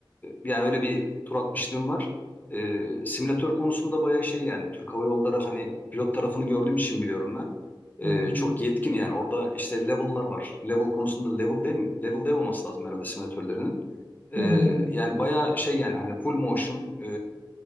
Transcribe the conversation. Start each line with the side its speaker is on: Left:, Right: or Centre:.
Left: yani öyle bir tur atmışlığım var. E, simülatör konusunda bayağı şey yani Türk Hava Yolları hani pilot tarafını gördüğüm için biliyorum ben. E,
Right: hı hı,
Left: çok yetkin yani orada işte level'lar var. Level konusunda level değil mi? Level değil olması lazım herhalde simülatörlerinin. Ee,
Right: hı.
Left: yani bayağı şey yani hani full motion e,